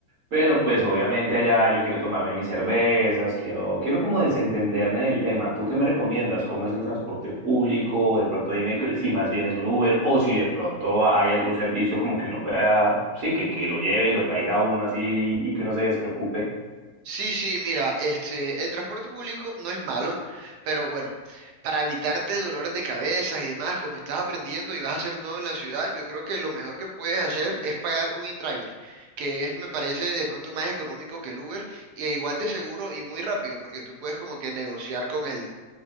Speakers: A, on the right; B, on the right.
A: Pero pues obviamente allá yo quiero tomarme mis cervezas, quiero, quiero como desentenderme del tema. ¿Tú qué me recomiendas? ¿Cómo es el transporte público? De pronto dime que- si más bien es un Uber o si de pronto hay algún servicio como que uno pueda, sí, que, que lo lleve y lo traiga a uno así y que uno se despreocupe.
B: Sí, sí, mira, este, el transporte público no es malo, pero bueno, para evitarte dolores de cabeza y demás, como estás aprendiendo y vas a ser nuevo en la ciudad, yo creo que lo mejor que puedes hacer es pagar un InDriver, que es, me parece, de pronto más económico que el Uber y e igual de seguro y muy rápido, porque tú puedes como que negociar con el,